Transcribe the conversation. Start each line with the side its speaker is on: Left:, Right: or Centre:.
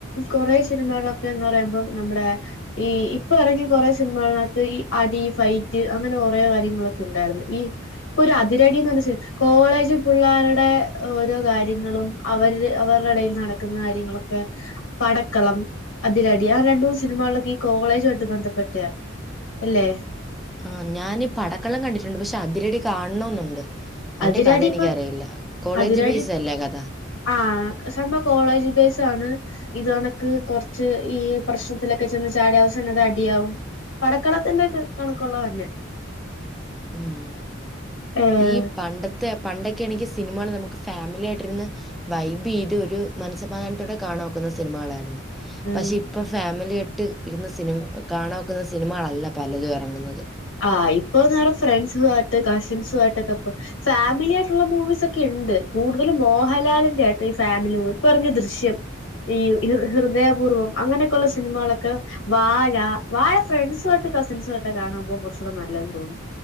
Left: കൊറേ സിനിമകളൊക്കെന്ന് പറയുമ്പോ നമ്മ്ടെ ഈ ഇപ്പൊ എറങ്ങിയ കൊറേ സിനിമകൾനകത്ത് ഈ അടി ഫൈറ്റ് അങ്ങനെ കൊറേ കാര്യങ്ങളൊക്കെ ഇണ്ടായിരുന്നു ഈ ഇപ്പൊ ഒരു അതിരടീന്ന് പറഞ്ഞ സിന് കോളേജ് പിള്ളേരുടെ ഓരോ കാര്യങ്ങളും അവരില് അവരുടെ എടയിൽ നടക്കുന്ന കാര്യങ്ങളൊക്കെ പടക്കളം അതിരടി ആ രണ്ടൂന്ന് സിനിമകളിലൊക്കെ ഈ കോളേജുമായിട്ട് ബന്ധപ്പെട്ടയാ അല്ലേ
Centre: ആഹ് ഞാനീ പടക്കളം കണ്ടിട്ടുണ്ട് പക്ഷെ അതിരടി കാണണോന്നൊണ്ട് അതിന്റെ
Left: അതിരടി
Centre: കഥ എനിക്കറിയില്ല
Left: ഇപ്പൊ
Centre: കോളേജ്
Left: അതിരടി
Centre: ബേയ്സ് അല്ലേ കഥ
Left: ആഹ് സംഭവം കോളേജ് ബേസ് ആണ് ഇത് പോണക്ക് കൊറച്ച് ഈ പ്രശ്നത്തിലൊക്കെ ചെന്ന് ചാടി അവസാനം അത് അടി ആവും പടക്കളത്തിന്റെ ക് കണക്കൊള്ളത് തന്നെ
Centre: ഉം
Left: ഏഹ്
Centre: ഈ പണ്ടത്തെ ത്തെ പണ്ടൊക്കെ ആണെങ്കി സിനിമകള് നമ്മ്ക്ക് ഫാമിലിയായിട്ടിരിന്ന് വൈബെയ്ത് ഒരു മനസ്സമാധാനത്തോടെ കാണാ ഒക്കുന്ന സിനിമകളാര്ന്ന്
Left: ഉം
Centre: പക്ഷെ ഇപ്പം ഫാമിലിയാട്ട് ഇരുന്ന് സിനിമ കാണാ ഒക്കുന്ന സിനിമകളല്ല പലതും എറങ്ങുന്നത്
Left: ആഹ് ഇപ്പൊന്ന്പറ ഫ്രണ്ട്സു ആയിട്ട് കസിൻസു ആയിട്ടൊക്കെ പൊ ഫാമിലി ആയിട്ടുള്ള മൂവീസ് ഒക്കെ ഇണ്ട് കൂടുതലും മോഹൻലാലിൻ്റെ ആ കേട്ടോ ഈ ഫാമിലി മൂവി ഇപ്പ എറങ്ങിയ ദൃശ്യം ഈ ഹൃ ഹൃദയപൂർവം അങ്ങനെ ക്ക ഒള്ള സിനിമകളൊക്ക വാഴ വാഴ ഫ്രണ്ട്സു ആയ്ട്ട് കസിൻസുമായിട്ട് കാണാൻ പോവാൻ കൊറ് ച്ചൂടെ നല്ലതെന്ന് തോന്നുന്നു